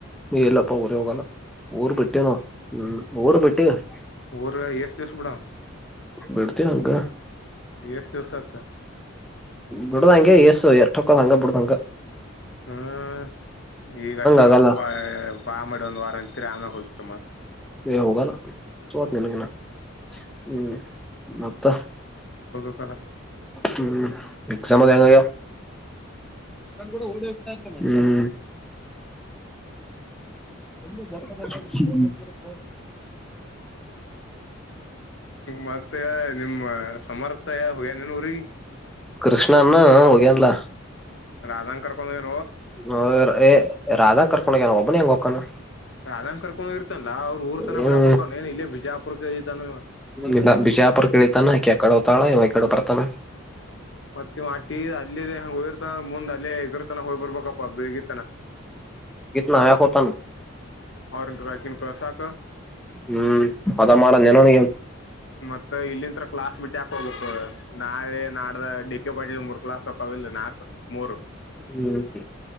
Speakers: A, in the centre; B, on the left.
A: ಹೇ ಇಲ್ಲಪ್ಪ ಊರಿಗ್ ಹೋಗಲ್ಲ. ಉರ್ ಬಿಟ್ಟೇವೋ ಹ್ಮ್ ಉರ್ ಬಿಟ್ಟೇವೋ. ಟ್ಟ
B: ಊರಾಗ್ ಎಸ್ ದಿಸಾ ಬಿಡವಾ
A: ಬಿಡ್ತಿವಿ ಹಂಗ
B: ಎಸ್. ದಿವಸತ್ತ.
A: ಬಿಡ್ದಂಗೆ ಏಸ್ ಎಷ್ಟ್ ಹೋಕವ್ ಬಿಡ್ದಂಗ.
B: ಹ್ಮ್ ಈಗ್ ಅಷ್ಟ ಹೇಳೋಪ್ಪಾ
A: ಆಗಲ್ಲ
B: ಬಾ ಮಾಡಿ ಒಂದ್ ವಾರ <unintelligible> ಹೋಕಿವ್ ಮತ್ತ.
A: ಹೇ ಹೋಗ ನಾ. ಚೋಳತ್ ನಾಗ ಇರು ಹ್ಮ್ ಮತ್ತ.
B: ವಾಗ.
A: ಹ್ಮ್ ಎಕ್ಸಾಮ್ ಎಲ್ಲ ಹೆಂಗ್ ಆಗ್ಯಾವ್ <unintelligible> ಹ್ಮ್ ಹ್ಮ್ ಹ್ಮ್
B: ಮತ್ತೆ ನಿಮ್ಮ ಸಮರ್ಥಯ ಹೊ ನಿನ್ ಊರಿಗಿ.
A: ಕೃಷ್ಣಾನ ಹೋಗೇನ್ಲ.
B: ರಾಧಾನ್ ಕರಕೊಂಡ್ ಹೋಗ್ಯಾನ್.
A: ಹೋಗ್ಯಾರ್ ಹೇ ರಧಾನ್ ಕರ್ಕೊಂಡ್. ಹೋಗ್ಯಾನ್ ಒಬ್ನೇ ಎಂಗ್ ಹೋಕನು.
B: ರಾಧಾನ್ ಕರ್ಕೊಂಡ್ ಹೋಗಿರ್ತಾನಲ್ಲಾ ಅವ್ರ ಊರ್ ತನ
A: ಹ್ಮ
B: ಬಿಡಾಕ್ ಹೋಗಕನ್ ಏನ್ ಇಲ್ಲೇ ಬಿಜಾಪುರ್ಕ ಇಳಿತಾನ ಇವ.
A: ಇಲ್ಲ ಬಿಜಾಪುರ್ ಇಳಿತನ್ ಹಾಕಡೆ ಹೊಕ್ ತಾಳಾಯ ಇವಾ ಈಕಡೆ ಬರ್ತನ.
B: ಮತ್ತ್ ಆಟಿ ಅಲ್ಲಿಗೇನ್ ಹೋಗಿರ್ <unintelligible> ಮುಂದ ಅಲ್ಲೆ ಇದ್ರ ತನ ಹೋಗ್ ಬರ್ಬೇಕಪ್ಪ ಬಿಳಗಿ.
A: <unintelligible> ಕತಾನು
B: ಅವ್ರ್ ಅಕಿನ್ ಕಲ್ಸಕ.
A: ಹ್ಮ್ ಅದ ಮಾಡ್ ಅಂಲೆನ್ ಅವ್ನಿಗೇನ್.
B: ಮತ್ತ ಇಲ್ಲಿ. ಕ್ಲಾಸ್ ಬಿಟ್ ಯಾಕ್ ಹೋಗ್ಬೇಕು ನಾಳೆ. ನಾಡ್ದ ಡಿ ಕೆ ಪಾಟಿಲ್ ಮೂರ್ ಕ್ಲಾಸ್ ಹೊಕಾವಿಲ್ಲ ನಾಕ್ ಮೂರು.
A: ಹ್ಮ್